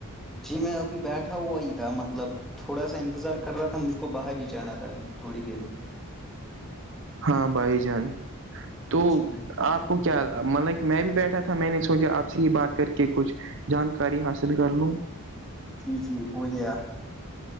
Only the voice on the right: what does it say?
ہاں بھائی جان تو
آپ کیا مطل لائک میں بھی بیٹھا تھا میں نے سوچا آپ سے یہ بات کر کے کچھ جانکاری حاصل کر لوں